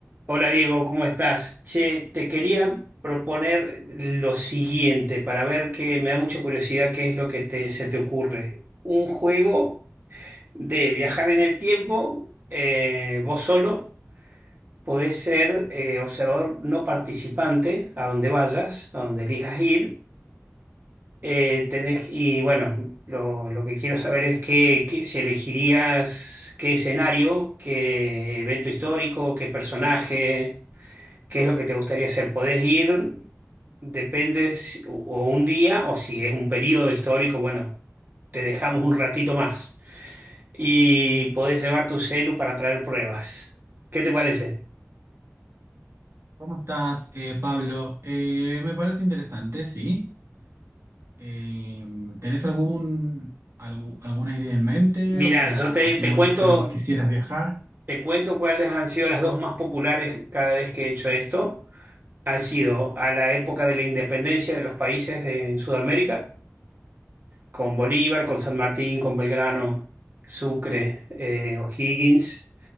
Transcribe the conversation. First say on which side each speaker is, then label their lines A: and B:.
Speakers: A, on the right (about 40°); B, on the right (about 65°).
A: Hola Diego, ¿cómo estás? Che, te quería proponer lo siguiente para ver que me da mucha curiosidad qué es lo que te- se te ocurre. Un juego de viajar en el tiempo, eh, vos solo, podés ser eh, observador no participante a donde vayas, a donde elijas ir. Eh, tenés, y bueno, lo, lo que quiero saber es qué, qué- si elegirías qué escenario, qué evento histórico, qué personaje. ¿Qué es lo que te gustaría hacer? Podés ir, depende si- o o un día o si es un periodo histórico, bueno, te dejamos un ratito más y podés llevar tu celu para traer pruebas. ¿Qué te parece?
B: ¿Cómo estás, eh, Pablo? Eh, me parece interesante, sí. Eh, ¿tenés algún, algu- alguna idea en mente?
A: Mira,
B: O sea,
A: yo te,
B: ¿a qué
A: te
B: momento
A: cuento,
B: histórico quisieras viajar?
A: te cuento cuáles han sido las dos más populares cada vez que he hecho esto. Han sido a la época de la independencia de los países de- en Sudamérica, con Bolívar, con San Martín, con Belgrano, Sucre, eh, O'Higgins.